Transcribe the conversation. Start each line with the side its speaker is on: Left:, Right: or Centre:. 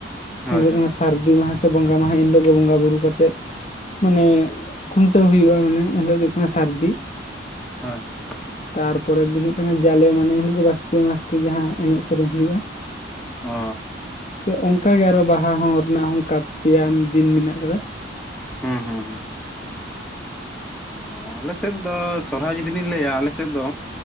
Centre: ᱦᱳᱭ
Left: ᱦᱩᱭᱩᱜ
Centre: ᱦᱳᱭ
Left: ᱠᱟᱱᱟ ᱥᱟᱹᱨᱫᱤ ᱢᱟᱦᱟ ᱥᱮ ᱵᱚᱸᱜᱟ ᱢᱟᱦᱟ ᱮᱱ ᱦᱤᱞᱳᱜ ᱜᱮ ᱵᱚᱸᱜᱟ ᱵᱩᱨᱩ ᱠᱟᱛᱮᱫ ᱢᱟᱱᱮ ᱠᱷᱩᱱᱴᱟᱹᱣ ᱦᱩᱭᱩᱜᱼᱟ ᱢᱟᱱᱮ ᱮᱱᱦᱤᱞᱳᱜ ᱫᱚ ᱦᱩᱭᱩᱜ ᱠᱟᱱᱟ ᱥᱟᱹᱨᱫᱤ
Centre: ᱦᱮᱸ ᱦᱮᱸ
Left: ᱛᱟᱨᱯᱚᱨᱮᱨ ᱫᱤᱱ ᱦᱩᱭᱩᱜ ᱠᱟᱱᱟ ᱡᱟᱞᱮ ᱢᱟᱱᱮ ᱮᱱᱦᱤᱞᱳᱜ ᱫᱚ ᱵᱟᱥᱠᱮ ᱢᱟᱥᱠᱮ ᱡᱟᱦᱟᱸ ᱮᱱᱮᱡ ᱥᱮᱨᱮᱧ ᱦᱩᱭᱩᱜᱼᱟ
Centre: ᱚ
Left: <inaudible> ᱱᱠᱟ ᱜᱮ ᱟᱨᱚ ᱵᱟᱦᱟ ᱦᱚᱸ ᱨᱮᱱᱟᱜ ᱦᱚᱸ ᱚᱱᱠᱟ ᱯᱮᱭᱟ ᱫᱤᱱ ᱢᱮᱱᱟᱜ ᱟᱠᱟᱫᱟᱹ
Centre: ᱦᱩᱸ ᱦᱩᱸ ᱦᱩᱸ ᱚ ᱟᱞᱮ ᱥᱮᱫ ᱫᱚ ᱥᱚᱨᱦᱟᱭ ᱡᱩᱫᱤ ᱞᱤᱧ ᱞᱟᱹᱭᱟ ᱟᱞᱮ ᱥᱮᱫ ᱫᱚ